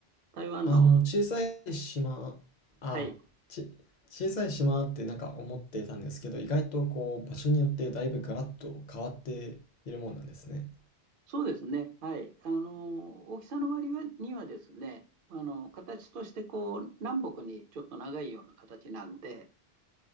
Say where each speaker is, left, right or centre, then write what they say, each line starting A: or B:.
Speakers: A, on the right; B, on the left.
A: 台湾の、
B: あの、小さい島、あ、
A: はい、
B: ち、小さい島ってなんか思ってたんですけど、意外とこう、場所によってだいぶガラッと変わっているもんなんですね。
A: そうですね、はい、あの、大きさの割にはですね、あの、形としてこう、南北にちょっと長いような形なんで、